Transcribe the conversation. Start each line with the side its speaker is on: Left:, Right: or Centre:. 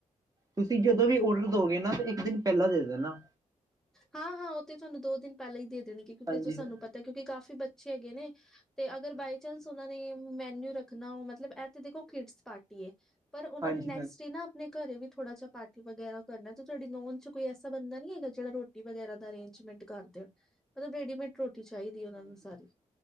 Right: ਤੁਸੀਂ ਜਦੋਂ ਵੀ ਔਡਰ ਦੋਗੇ ਨਾ ਤੇ ਇੱਕ ਦਿਨ ਪੇਲਾਂ ਦੇ ਦੇਣਾ।
Centre: ਹਾਂ -ਹਾਂ ਓ ਤੇ ਤੁਹਾਨੂੰ ਦੋ ਦਿਨ ਪੇਲੇ ਹੀ ਦੇ ਦੇਣੇਗੇ, ਕਿਉਂਕਿ
Right: ਹਾਂਜੀ
Centre: ਸਾਨੂੰ
Right: ਹਾਂ
Centre: ਪਤਾ ਆ ਕਿਉਂਕਿ ਕਾਫ਼ੀ ਬੱਚੇ ਹੈਗੇ ਨੇ ਤੇ ਅਗਰ
Right: ਹਾਂਜੀ।
Centre: ਬਾਈ ਚਾਂਸ ਓਨਾ ਨੇ ਮੈਨਿਊ ਰੱਖਣਾ ਮਤਲਬ ਏ ਤੇ ਦੇਖੋ ਕਿਡਸ ਪਾਰਟੀ ਐ। ਪਰ ਓਨਾਂ
Right: ਹਾਂਜੀ
Centre: ਨੇ ਨੈਕਸ ਡੇ ਨਾ ਓਨਾ ਨੇ ਘਰੇ ਵੀ ਥੋੜਾ ਜੇਆ ਪਾਰਟੀ ਵਗੈਰਾ ਕਰਨਾ ਤੇ ਤੁਹਾਡੀ ਨੋਨ ਚ ਕੋਈ ਐਸਾ ਬੰਦਾ ਨੀ ਹੈਗਾ? ਜੇੜਾ ਰੋਟੀ ਵਗੈਰਾ ਦਾ ਅਰੇਂਜਮੈਂਟ ਕਰਦੇ ਮਤਲਬ ਰੇਡੀਮੇਡ ਰੋਟੀ ਚਾਈਦੀ
Right: ਹਾਂਜੀ
Centre: ਏ ਓਨਾਂ ਨੂੰ ਸਾਰੀ।